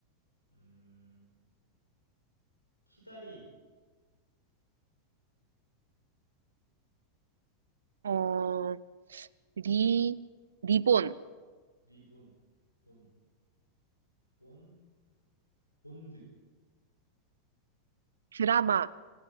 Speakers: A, on the left; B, on the right.
A: 음, 키다리,
B: 어, 리, 리본,
A: 리본, 본, 본, 본드,
B: 드라마,